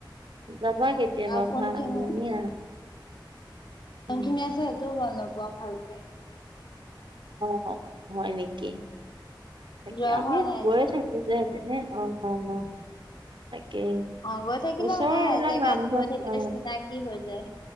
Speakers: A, on the right; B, on the left.
A: যাবা
B: উম,
A: কেতিয়াবা
B: আৰু কোনখিনি
A: ভাল, ধুনীয়া।
B: কোনখিনি
A: উম
B: আছে সেইটোও গ'ম নেপাওঁ ভালকে।
A: অ', হয় নেকি? তাকে
B: যোৱা
A: আমি
B: হোৱা নাই
A: গৈয়ে
B: যে।
A: থাকোঁ যে সেপিনে অ', অ', <unintelligible> তাকেই।
B: অ', গৈ থাকিলে
A: ওচৰৰ
B: মানে
A: এইবিলাক
B: এজেগাত
A: নামঘৰ
B: গৈ থাকিলে
A: অ
B: চিনাকি হৈ যায়।